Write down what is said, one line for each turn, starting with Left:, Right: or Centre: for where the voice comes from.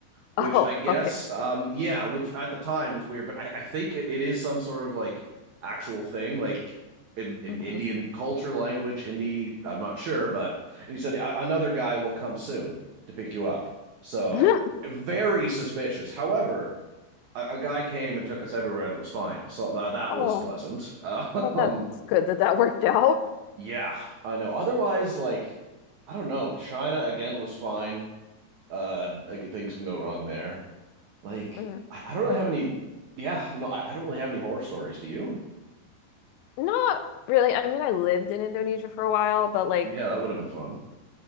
Right: which
Left: Oh,
Right: I guess,
Left: okay.
Right: um, yeah, which at the time was weird, but I, I think it, it is some sort of like actual thing, like in, in
Left: hmm
Right: Indian culture, language, Hindi. I'm not sure, but and he said "A- another guy will come soon to pick you up. So
Left: <laughs>
Right: very suspicious. However, a, a guy came and took us everywhere, and it was fine. So that that
Left: Oh,
Right: was pleasant. <laughs>
Left: well,
Right: Um,
Left: that's good that that worked out.
Right: yeah, I know. Otherwise, like I don't know. China again was fine. Uh, I g- things can go wrong there. Like,
Left: Mhm.
Right: I, I don't really have any. Yeah, no, I, I don't really have any horror stories. Do you?
Left: Not really. I mean, I lived in Indonesia for a while, but like,
Right: Yeah, that would have been fun.